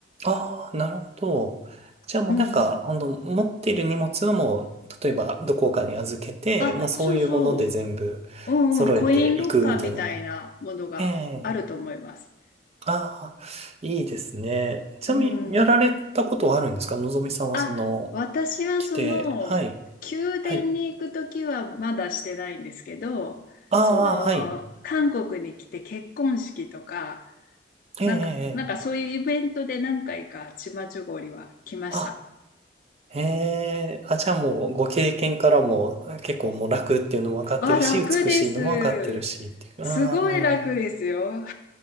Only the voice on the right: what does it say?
ああ、なるほど。じゃあもうなんか、
ほんと、持っている荷物はもう、例えばどこかに預けて、
もうそういうもので全部揃えていくみたいな。
ええああ、いいですね。ちなみに、
やられたことはあるんですかのぞみさんはその、
来て、はい、
はい。ああ、
はい。
ええ、
ええ。
ええあ、ええ、あ、じゃあもう、ご経験からも、結構もう楽っていうのも分かってるし、
美しいのも分かってるし、っていう。
ああ、